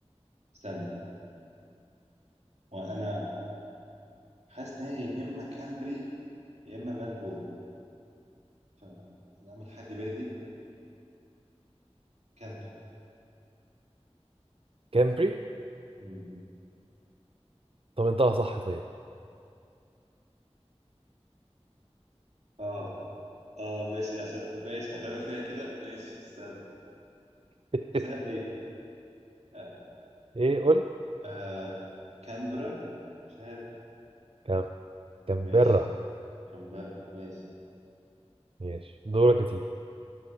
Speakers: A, on the right; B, on the right.
A: استنى وانا حاسس ان هي يا اما كانبري يا اما ملبورن فانا اعمل حد بادي كانبري
B: كامبري
A: مم.
B: طب انتهى صح طيب
A: اه اه ماشي يا سا- ماشي هتعمل فيا كده ماشي استنى
B: <laughs>
A: ساعة ايه آه.
B: ايه قول
A: آه. كانبرا مش عارف
B: كام- كامبرا
A: ماشي كانبرا ماشي
B: ماشي دورك يا سيدي